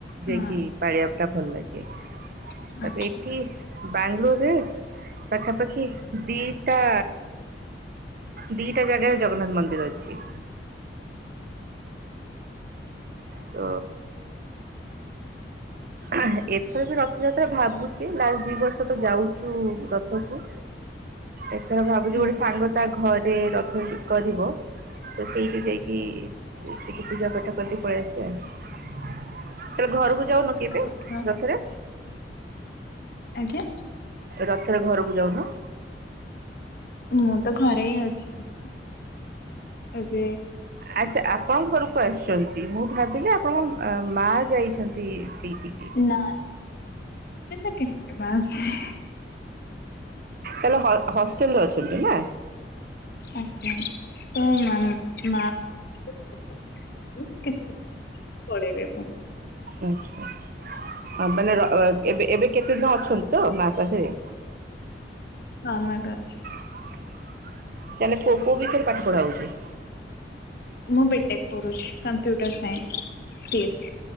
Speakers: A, on the right; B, on the left.
A: ଯାଇକି
B: ଆଜ୍ଞା
A: ପାଳଆ ଟା ଭଲ ଲାଗେ
B: ହଁ
A: ତାପ
B: ଆଚ୍ଛା
A: ଏଇଠି ବାଙ୍ଗଲୋରରେ ପାଖାପାଖି ଦିଟା ଦିଟା ଜାଗାରେ ଜଗନ୍ନାଥ ମନ୍ଦିର ଅଛି। ତ ଆଁ ଏଥର ରଥଯାତ୍ରା ଭାବୁଛି ଲାଷ୍ଟ ଦି ବର୍ଷ ତ ଯାଉଛୁ ରଥକୁ ଏଥର ଭାବୁଛି
B: ଆଜ୍ଞା
A: ଗୋଟେ ସାଙ୍ଗ ତା ଘରେ ରଥ କରିବ। ତ ସେଇଠି ଯାଇକି ଟିକେ ପୂଜା ପାଠ କରିଦି ପଳେଇ ଆସିବ। ତବେ ଘରକୁ
B: ଭଲ
A: ଯାଉନ କେବେ
B: କଥା
A: ରାତିରେ।
B: ଆଜ୍ଞା।
A: ରଥରେ ଘରକୁ ଯାଉନ।
B: ମୁଁ ତ ଘରେ ହିଁ ଅଛି ଏବେ।
A: ଆଛା ଆପଣଙ୍କ କସ ସେମିତି ମୁଁ ଭାବିଲି ଆପଣଙ୍କ ମା ଯାଇଛନ୍ତି ସେଇଠି।
B: ନା ନା କେ ବାସ <unintelligible>
A: ତାଲେ ହ ହଷ୍ଟେଲରେ ଅଛନ୍ତି ନା।
B: ଆଜ୍ଞା ତ ମାମ୍ ମା ହଁ କେତେ ପଳେଇବେ ଆପଣ।
A: ଆଛା। ହଁ ମାନେ ଏବେ ଏବେ କେତେଦିନ ଅଛନ୍ତି ତ ମା ପାଖରେ
B: ମାମା ଏବେ ଅଛି।
A: ତାହାଲେ କଉ କଉ ବିଷୟରେ ପାଠ ପଢ଼ା ହଉଛି।
B: ମୁଁ ବିଟେକ୍ କରୁଛି କମ୍ପ୍ୟୁଟର ସାଇନ୍ସ ସି ଏସ୍